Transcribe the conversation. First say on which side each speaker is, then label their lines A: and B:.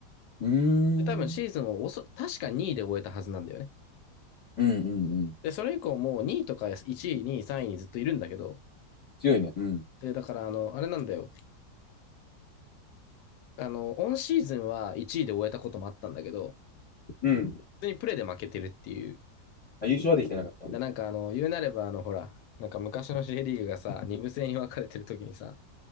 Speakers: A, on the left (about 30°); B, on the left (about 75°).
A: ーん。
B: で、多分シーズンを遅確か2位で終えたはずなんだよね。
A: うんうんうん。
B: で、それ以降もう2位とか1位、2位、3位にずっといるんだけど、
A: 強いね。うん。
B: で、だからあの、あれなんだよ。あの、オンシーズンは1位で終えたこともあったんだけど、
A: うん。
B: 普通にプレーで負けてるっていう。
A: あ、優勝はできてなかった。い、
B: なんかあの、言うなればあの、ほら、なんか昔の J リーグがさ、二部制に分かれてる時にさ、